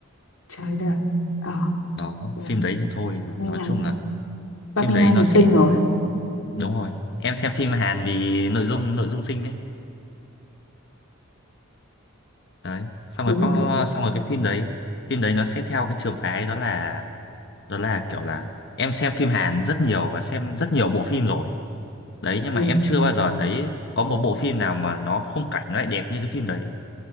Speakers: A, on the left; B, on the left.
A: trời đẹp ờ
B: đó
A: à,
B: phim đấy thì thôi
A: Park Min
B: nói
A: Young
B: chung là
A: Park
B: phim
A: Min
B: đấy
A: Young
B: nó
A: thì xinh
B: sẽ
A: rồi
B: đúng rồi em xem phim Hàn vì nội dung nội dung xinh đấy đấy xong
A: đúng
B: rồi Park-
A: rồi đúng.
B: xong rồi cái phim đấy phim đấy nó sẽ theo cái trường phái đó là đó là kiểu là em xem phim Hàn rất nhiều và xem rất nhiều bộ phim rồi đấy nhưng
A: Ừ.
B: mà em chưa bao giờ thấy có một bộ phim nào mà nó khung cảnh nó lại đẹp như cái phim đấy